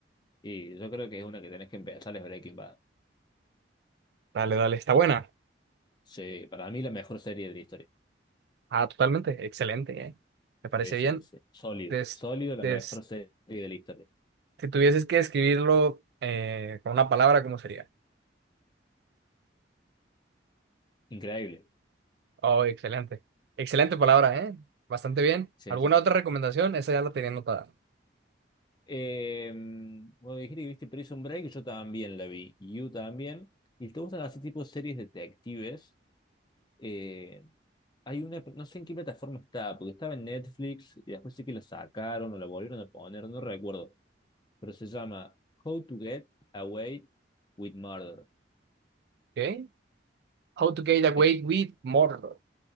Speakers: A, on the left (about 25°); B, on the right (about 60°).
A: Y yo creo que es una que tenés que empezar, es Breaking Bad.
B: Dale, dale, está buena.
A: Sí, para mí la mejor serie de la historia.
B: Ah, totalmente, excelente, eh. Me parece
A: Sí, sí,
B: bien.
A: sí. Sólido,
B: Des-
A: sólido, la
B: des-
A: mejor serie de la historia.
B: si tuvieses que describirlo eh, con una palabra, ¿cómo sería?
A: Increíble.
B: Oh, excelente. Excelente palabra, eh. Bastante bien.
A: Sí,
B: ¿Alguna
A: sí. sí.
B: otra recomendación? Esa ya la tenía anotada.
A: Eh, vos dijiste que viste Prison Break, yo también la vi. You también. ¿Y te gustan así tipo series detectives? Eh, hay una, no sé en qué plataforma está, porque estaba en Netflix y después sí que la sacaron o la volvieron a poner, no recuerdo, pero se llama How to Get Away with Murder.
B: Okay. How to get away
A: Es,
B: with murder.